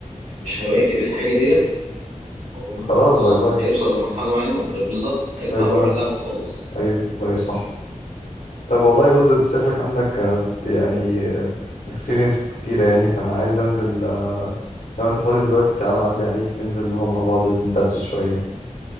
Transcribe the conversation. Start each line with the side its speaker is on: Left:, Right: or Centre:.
Right: مش هيواكب الحاجة ديت هو
Left: خلاص
Right: خلاص
Left: باي باي
Right: هيوصل لمرحلة معينة ب- بالظبط هيطلع
Left: باي باي
Right: بره اللعبة خالص
Left: ايوه باي صح طب والله بص انت شكلك عندك آه، يعني اكسبيرينس كتيرة يعني فأنا عايز أنزل آه، لو أنت فاضي دلوقتي تعالى أعدي عليك ننزل نقعد مع بعض ندردش شوية